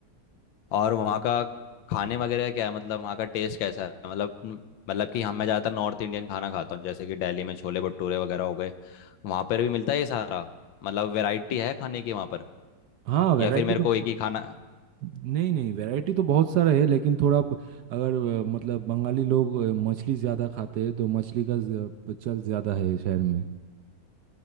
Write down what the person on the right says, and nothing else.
हाँ वैरायटी
तो
नहीं नहीं वैरायटी तो बहुत सारा है लेकिन थोड़ा ब- अगर अ, मतलब बंगाली लोग अ, मछली ज़्यादा खाते हैं तो मछली का ज- चल ज़्यादा है शहर में